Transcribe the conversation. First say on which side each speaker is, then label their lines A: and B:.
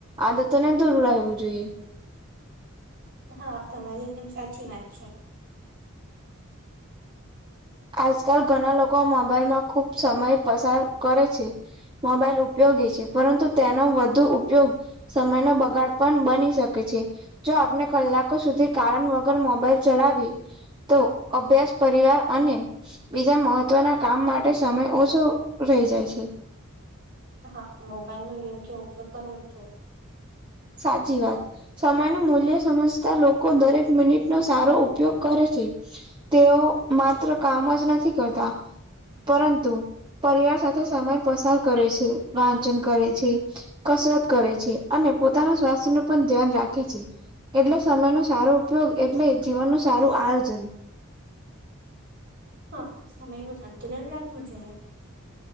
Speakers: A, on the right; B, on the right.
A: આદતો ને દોરું રહેવું જોઈએ.
B: હા તમારી એકદમ સાચી વાત છે.
A: આજકાલ ઘણા લોકો મોબાઈલમાં ખુબ સમય પસાર કરે છે. મોબાઈલ ઉપયોગી છે, પરંતુ તેનો વધુ ઉપયોગ સમયનો બગાડ પણ બની શકે છે. જો આપણે કલાકો સુધી કારણ વગર મોબાઈલ ચલાવી તો અભ્યાસ પરીવાર અને બીજા મહત્વના કામ માટે સમય ઓછો રહી જાય છે.
B: હા મોબાઈલનો યોગ્ય ઉપયોગ કરવો જ જો
A: સાચી વાત સમયનુ મૂલ્ય સમજતા લોકો દરેક મિનિટનો સારો ઉપયોગ કરે છે. તેઓ માત્ર કામ જ નથી કરતા પરંતુ પરિવાર સાથે સમય પસાર કરે છે, વાંચન કરે છે. કસરત કરે છે, અને પોતાના સ્વાસ્થ્યનું પણ ધ્યાન રાખે છે. એટલે સમયનુ સારો ઉપયોગ એટલે જીવનનું સારું આયોજન
B: હા સમયનું સંતુલન રાખવું જોઈએ